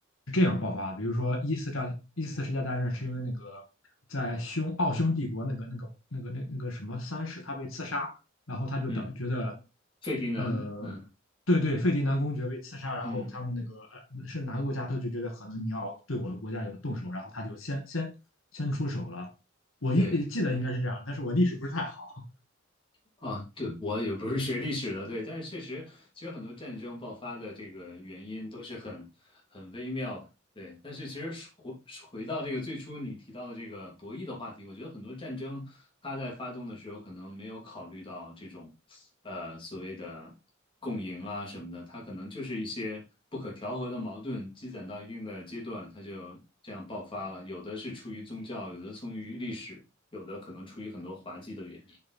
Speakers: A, on the left; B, on the left.
A: 是这样爆发的，比如说一四战一四世界大战是因为那个在匈奥匈帝国那个那个那个那那个什么三世他被刺杀，然后他就导觉得。
B: 嗯，费迪南，
A: 呃对对，
B: 嗯
A: 费迪南公爵被刺杀，然后他们那个呃是哪个国家他就觉得可能你要对我的国家有动手，
B: 嗯，
A: 然后他就先先先出手了。我一记得应该是这样，
B: 对。
A: 但是我历史不是太好。
B: 啊，对，我也不是学历史的，对，但是确实，其实很多战争爆发的这个原因都是很很微妙的，对。但是其实回回到这个最初你提到的这个博弈的话题，我觉得很多战争它在发动的时候可能没有考虑到这种。呃所谓的共赢啊什么的，它可能就是一些不可调和的矛盾积攒到一定的阶段，它就这样爆发了。有的是出于宗教，有的出于历史，有的可能出于很多滑稽的原因